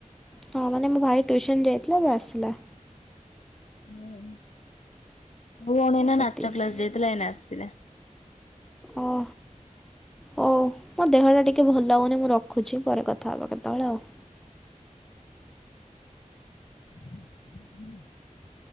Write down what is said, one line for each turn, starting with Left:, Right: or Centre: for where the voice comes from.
Centre: ହଁ ମାନେ ମୋ ଭାଇ ଟ୍ୟୁସନ୍ ଯାଇଥିଲା ତ ଆସିଲା।
Left: ହୁଁ ଭଉଣୀ ଏଇନା
Centre: ସେତିକି
Left: ନାଚ କ୍ଲାସ୍ ଯାଇଥିଲା ଏଇନେ ଆସିଲା।
Centre: ଓହୋ ହଉ ମୋ ଦେହ ଟା ଟିକେ ଭଲଲାଗୁନି ମୁଁ ରଖୁ ରଖୁଛି ପରେ କଥା ହେବା କେତେବେଳେ ଆଉ।
Left: ହୁଁ।